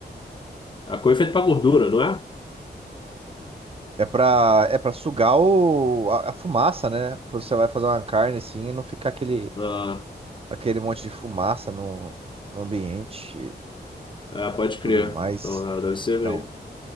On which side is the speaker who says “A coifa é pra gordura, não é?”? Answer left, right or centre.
Left